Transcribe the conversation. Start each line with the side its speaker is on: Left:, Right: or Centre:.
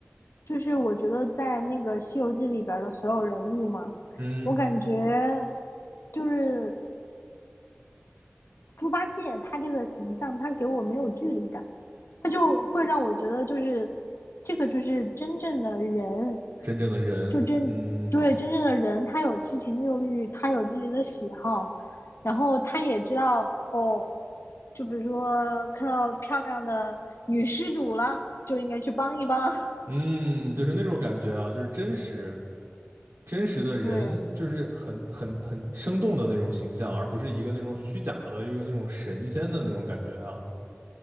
Left: 就是我觉得在那个《西游记》里边儿的所有人物嘛，
Right: 嗯，
Left: 我感觉就是猪八戒他这个形象，他给我没有距离感。他就会让我觉得，就是这个就是真正的人，
Right: 真正的人，
Left: 就真对真正的人，
Right: 嗯
Left: 他有七情六欲，他有自己的喜好，然后他也知道哦，就比如说看到漂亮的女施主了，就应该去帮一帮。<laughs>
Right: 嗯，就是那种感觉啊，就是真实，真实的人，
Left: 对，
Right: 就是很很很生动的那种形象，而不是一个那种虚假的一个那种神仙的那种感觉啊。